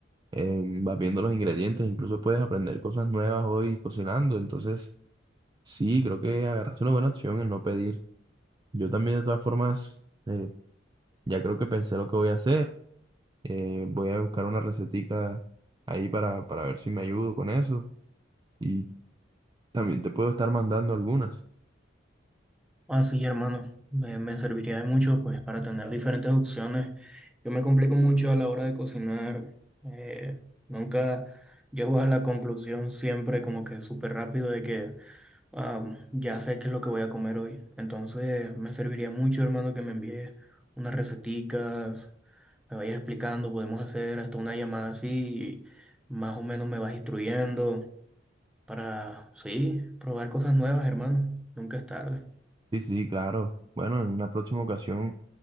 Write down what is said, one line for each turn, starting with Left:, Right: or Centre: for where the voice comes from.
Right: eh, vas viendo los ingredientes, incluso puedes aprender cosas nuevas hoy cocinando, entonces sí, creo que agarraste una buena opción en no pedir. Yo también de todas formas, eh, ya creo que pensé lo que voy a hacer, eh, voy a buscar una recetica ahí para, para ver si me ayudo con eso y también te puedo estar mandando algunas.
Centre: Así, hermano, me, me serviría de mucho, pues, para tener diferentes opciones. Yo me complico mucho a la hora de cocinar. eh, nunca llego a la conclusión siempre como que súper rápido de que ah, ya sé qué es lo que voy a comer hoy. Entonces, me serviría mucho, hermano, que me envíes unas receticas me vayas explicando, podemos hacer hasta una llamada así, y más o menos me vas instruyendo para, sí, probar cosas nuevas, hermano. Nunca es tarde.
Right: Sí, sí, claro. Bueno, en una próxima ocasión,